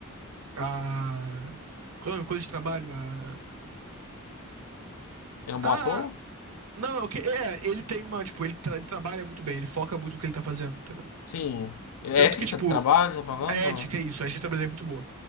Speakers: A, on the right (about 80°); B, on the left (about 85°).
A: a qual é o coisa de trabalho? A.
B: Ele é um
A: a
B: bom ator?
A: não, não, que- é, ele tem uma. Tipo, ele, tra- ele trabalha muito bem, ele foca muito no que ele tá fazendo, entendeu?
B: Sim. É
A: Tanto
B: Ética
A: que, tipo,
B: de trabalho, tá falando?
A: a ética é isso, a ética de trabalho é muito boa.